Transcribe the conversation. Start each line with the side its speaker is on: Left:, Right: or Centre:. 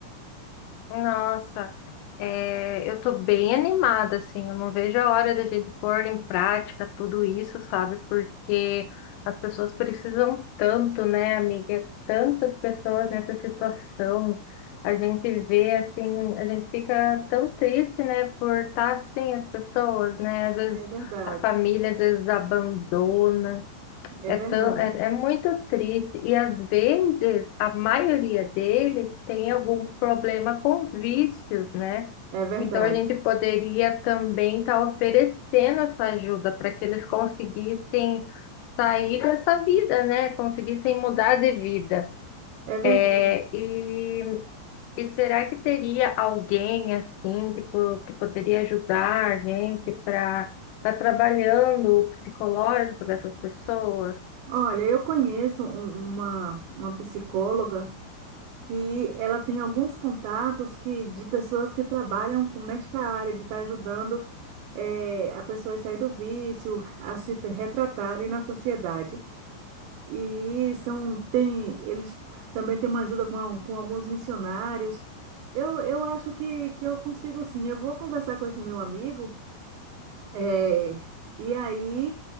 Left: Nossa. É, eu tô bem animada, assim, eu não vejo a hora da gente pôr em prática tudo isso, sabe? Porque as pessoas precisam tanto, né, amiga? Tantas pessoas nessa situação. A gente vê, assim, a gente fica tão triste, né, por estar assim as pessoas, né? Às vezes
Right: É verdade,
Left: a família, às vezes abandona.
Right: é
Left: É
Right: verdade,
Left: tão, é, é muito triste. E às vezes a maioria deles tem algum problema com vícios, né?
Right: é verdade,
Left: Então, a gente poderia também estar oferecendo essa ajuda para que eles conseguissem sair dessa vida, né? Conseguissem mudar de vida.
Right: é verdade.
Left: É, e, e será que teria alguém assim que, po- que poderia ajudar a gente para estar trabalhando o psicológico dessas pessoas?
Right: Olha, eu conheço um- uma, uma psicóloga. que ela tem alguns contatos que, de pessoas que trabalham com- nesta área, de estar ajudando eh, a pessoa a sair do vício, a se te- retratarem na sociedade. E são, tem, eles também têm uma ajuda com, al- com alguns missionários. Eu, eu acho que, que eu consigo sim. Eu vou conversar com esse meu amigo é, e aí